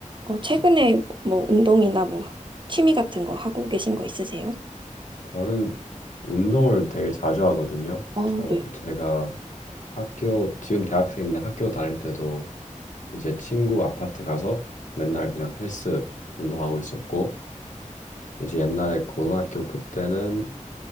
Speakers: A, on the right (about 35°); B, on the left (about 70°).
A: 어, 최근에 뭐 운동이나 뭐 취미 같은 거 하고 계신 거 있으세요?
B: 저는 운동을 되게 자주 하거든요.
A: 아,
B: 저
A: 네.
B: 제가 학교 지금 대학생인데 학교 다닐 때도 이제 친구 아파트 가서 맨날 그냥 헬스 운동하고 있었고 이제 옛날에 고등학교 그때는